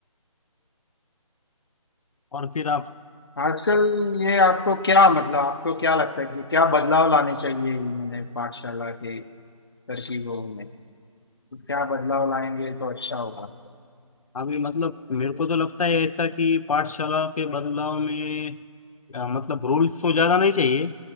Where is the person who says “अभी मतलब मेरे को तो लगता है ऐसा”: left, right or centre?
Left